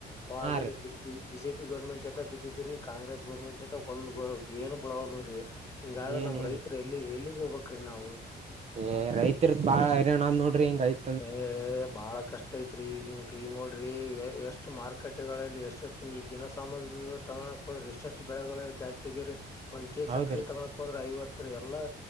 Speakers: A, on the left (about 15°); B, on the right (about 35°).
A: ಕಾಗ
B: ಹಾ ರೀ
A: ಬಿ ಬಿಜೆಪಿ ಗೌರ್ಮೆಂಟ್ ಇದ್ದ ಬಿದ್ದಿದ್ರ ಕಾಂಗ್ರೆಸ್ ಗೌರ್ಮೆಂಟ್ ಇದ್ ಒಂದ ಗ ಏನು ಬಿಳವಲರಿ ಹಿಂಗಾದ್ರ
B: ಏನ್
A: ನಮ್
B: ಏನ್
A: ರೈತ್ರ ಇಲ್ಲಿ ಎಲ್ಲಿಗ ಹೋಗ್ಬೇಕ್ರಿ ನಾವು.
B: ಏ ರೈತರದ ಬಾಳ ಹೈರಾಣ ಅನ್ ನೋಡ್ರಿ ಹಿಂಗ ಐತ್
A: ಏ ಬಾಳ ಕಷ್ಟ ಐತ್ರಿ ಈಗಿನ ಕ ಈಗ ನೋಡ್ರಿ ಎ ಎಸ್ ಮಾರ್ಕೆಟ್ಗಳಲ್ಲಿ ಎಷ್ಟಷ್ಟ ನೀ ದಿನ ಸಾಮಗ್ರಿಗಳ ತಗೋಕ ಹೋದ್ರ ಎಷ್ಟೆಷ್ಟ ಬೆಳೆಗಳು ಜಾಸ್ತಿ ಆಗ್ಯವ್ರರಿ. ಒಂದ ಕೆ
B: ಹೌದ್ರಿ
A: ಸಕ್ರೆ ತಗೋಕ ಹೋದ್ರ ಐವತ್ತರೀ ಎಲ್ಲಾ